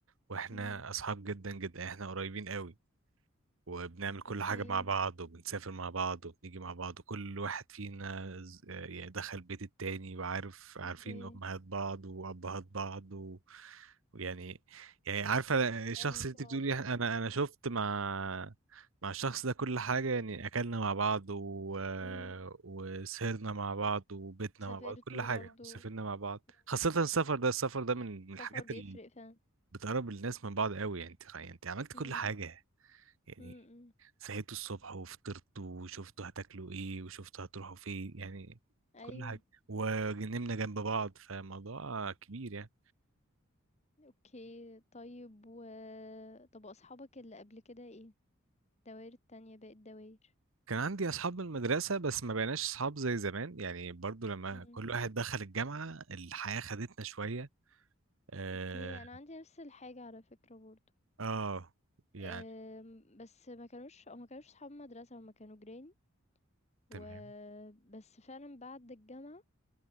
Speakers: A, on the right; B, on the left.
A: واحنا
B: إمم.
A: اصحاب جدا جدا احنا قريبين قوي وبنعمل كل
B: أوكي،
A: حاجة مع بعض وبنسافر مع بعض وبنيجي مع بعض وكل واحد فينا ز- يعني دخل بيت التاني وعارف
B: أوكي،
A: عارفين أمهات بعض وأبهات بعض و... ويعني يعني عارفة الشخص
B: أهل
A: اللي انت
B: بعض
A: بتقولي
B: آه،
A: أنا أنا شفت مع مع الشخص ده كل حاجة يعني أكلنا مع بعض و...
B: إمم،
A: وسهرنا مع بعض وبيتنا
B: سافرتوا
A: مع بعض كل حاجة
B: برضه،
A: سافرنا مع بعض
B: إمم،
A: خاصة السفر ده السفر ده من من
B: السفر
A: الحاجات
B: بيفرق
A: اللي
B: فعلًا،
A: بتقرب الناس من بعض قوي يعني انت يعني انت عملت
B: إمم،
A: كل حاجة يعني
B: إمم، إمم،
A: صحيتوا الصبح وفطرتوا وشفتوا هتاكلوا ايه وشفتوا هتروحوا فين يعني
B: أيوه،
A: كل حاجة ونمنا جنب بعض فموضوع كبير يعني
B: أوكي، طيب و طب وأصحابك اللي قبل كده إيه؟ الدواير التانية باقي الدواير،
A: كان عندي اصحاب من المدرسة بس ما بقيناش اصحاب زي زمان يعني برضو لما
B: إمم،
A: كل واحد دخل الجامعة الحياة خدتنا شوية اه,
B: أوكي، أنا عندي نفس الحاجة على فكرة برضه،
A: آه يعني
B: آمم، بس ما كانوش هُم ما كانوش صحاب مدرسة، هُم كانوا جيران و
A: تمام
B: بس فعلًا بعد الجامعة